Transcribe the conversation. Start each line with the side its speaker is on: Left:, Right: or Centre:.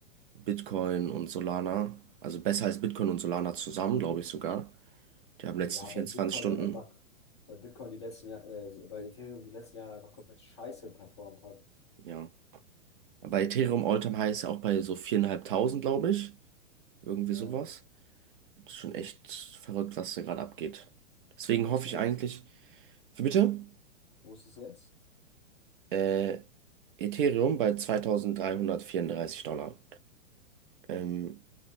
Right: Bitcoin und Solana. Also besser als Bitcoin und Solana zusammen, glaube ich sogar. Die haben letzten
Left: Ja,
Right: 24
Left: weil Bitcoin
Right: Stunden,
Left: halt einfach, weil Bitcoin die letzten Jahre, äh, weil Ethereum die letzten Jahre einfach komplett scheiße performt hat.
Right: ja. Bei Ethereum all heißt auch bei so 4.500, glaube ich. Irgendwie
Left: Ja.
Right: sowas. Das ist schon echt verrückt, was da gerade abgeht. Deswegen
Left: Wo
Right: hoffe
Left: ist es
Right: ich eigentlich,
Left: jetzt?
Right: wie bitte?
Left: Wo ist es jetzt?
Right: Äh, Ethereum bei 2334 Dollar. Ähm,